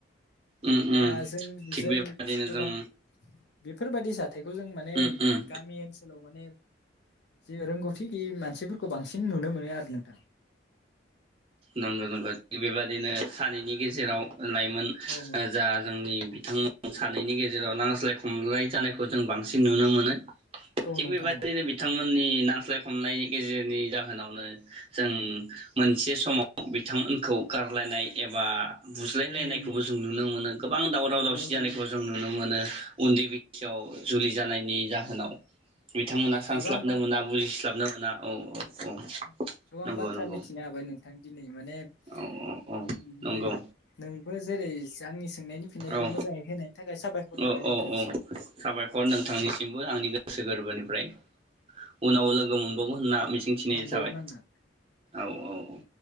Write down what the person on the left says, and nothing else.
दा
जों
जों
गोबां
बेफोरबादि जाथायखौ जों माने
गामि ओनसोलाव माने जे रोंगौथि गैयि मानसिफोरखौ बांसिन नुनो मोनो आरो नोंथां
औ
औ
नोंथां
औ
उम
नुनो
मोनो
नोंथां।
गोबां बा
गोबां
बाथ्रा
मिथिनो हाबाय नोंथां दिनै माने
उम
नो नोंबो जेरै आंनि सोंनायनि फिननायखौ
मोजाङै होनायनि थाखाय साबायखर थाबाय
नोंथांनिसिम
मोनबावगोन
होनना